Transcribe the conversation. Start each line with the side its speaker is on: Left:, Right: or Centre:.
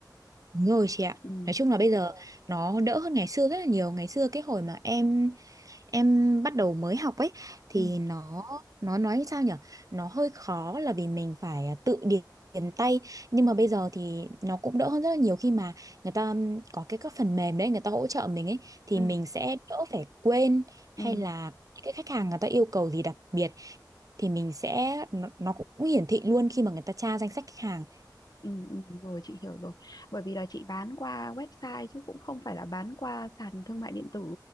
Right: Đúng rồi chị ạ
Left: Ừ,
Right: nói chung là bây giờ nó đỡ hơn ngày xưa rất là nhiều ngày xưa cái hồi mà em em bắt đầu mới học ấy thì
Left: ừ,
Right: nó nó nói sao nhở nó hơi khó là vì mình phải à, tự điền điền tay nhưng mà bây giờ thì nó cũng đỡ hơn rất là nhiều khi mà người ta có cái các phần mềm đấy người ta hỗ trợ mình ấy thì
Left: ừ,
Right: mình sẽ đỡ phải quên hay
Left: ừ.
Right: là cái khách hàng người ta yêu cầu gì đặc biệt thì mình sẽ nó, nó cũng hiển thị luôn khi mà người ta tra danh sách khách hàng
Left: Ừ, ừ, rồi chị hiểu rồi bởi vì là chị bán qua website chứ cũng không phải là bán qua sàn thương mại điện tử